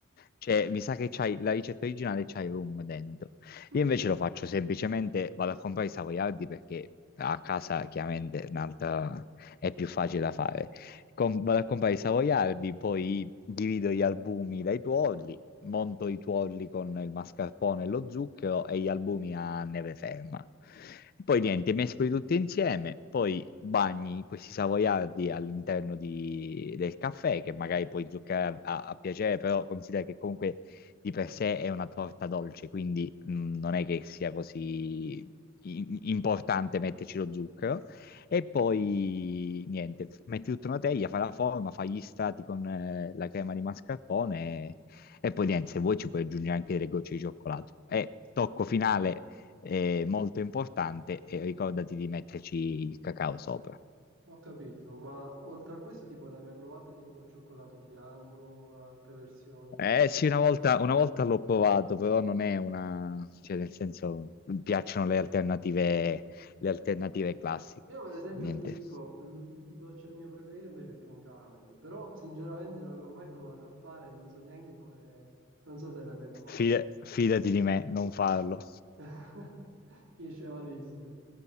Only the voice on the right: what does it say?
Mm,
ho capito, ma oltre a questo, tipo, l'hai mai provato tipo col cioccolato bianco, altre versioni?
Io per esempio
ti dico, l- il dolce mio preferito invece è cream caramel, però sinceramente non l'ho mai provato a fare, non so neanche come, non so se l'hai mai provato.
<laughs> Finisce malissimo.